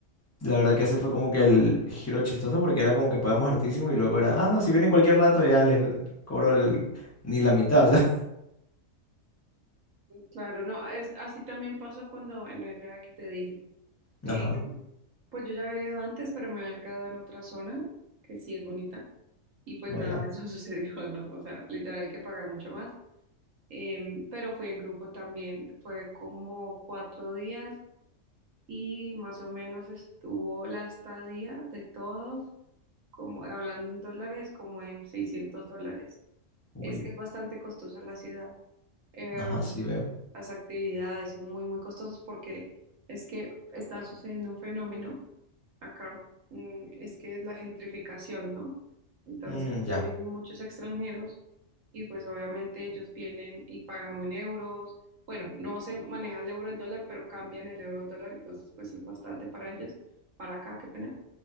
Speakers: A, on the left; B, on the right.
A: La verdad que ese fue como que el giro chistoso porque era como que pagamos hartísimo y luego era, ah, no, si vienen cualquier rato ya les cobro el, ni la mitad, o sea.
B: Claro, no, es, así también pasó cuando en el viaje que te dije.
A: <laughs>
B: Eh,
A: Ajá,
B: pues yo ya había ido antes, pero me había quedado en otra zona, que sí es bonita, y pues
A: no,
B: nada,
A: ya.
B: <laughs> eso sucedió, ¿no? O sea, literal hay que pagar mucho más. Em, pero fui en grupo también, fue como cuatro días y más o menos estuvo la estadía de todos, como hablando en dólares, como en seiscientos dólares
A: Uy,
B: es que es bastante costosa la ciudad. Em,
A: ajá, sí veo.
B: las actividades son muy, muy costosas porque es que está sucediendo un fenómeno acá, mm, es que es la gentrificación, ¿no? Entonces
A: Mm,
B: vienen
A: ya.
B: muchos extranjeros y pues obviamente ellos vienen y pagan o en euros. Bueno, no se maneja el euro al dólar, pero cambian el euro al dólar, entonces pues es bastante para ellos, para acá, qué pena.